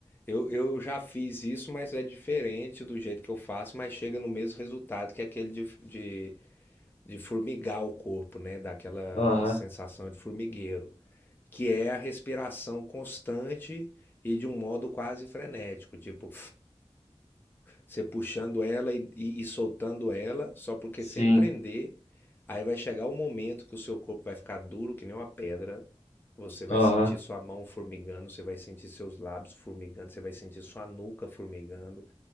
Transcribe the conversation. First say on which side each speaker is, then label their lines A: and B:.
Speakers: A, on the left; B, on the left.
A: eu, eu já fiz isso, mas é diferente do jeito que eu faço, mas chega no mesmo resultado que aquele de, de, de formigar o corpo, né? Daquela
B: Aham,
A: sensação de formigueiro que é a respiração constante e de um modo quase frenético, tipo você puxando ela e, e- e soltando ela, só porque
B: sim.
A: sem prender, aí vai chegar o momento que o seu corpo vai ficar duro que nem uma pedra. Você vai
B: Aham,
A: sentir sua mão formigando, você vai sentir seus lábios formigando, você vai sentir sua nuca formigando.